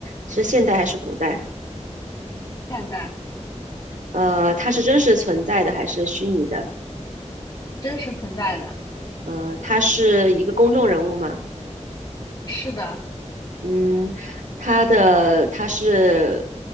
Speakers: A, on the right; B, on the left.
A: 是现代还是古代？
B: 现代，
A: 呃，他是真实存在的还是虚拟的？
B: 真实存在的，
A: 呃，他是一个公众人物吗？
B: 是的，
A: 嗯，他的他是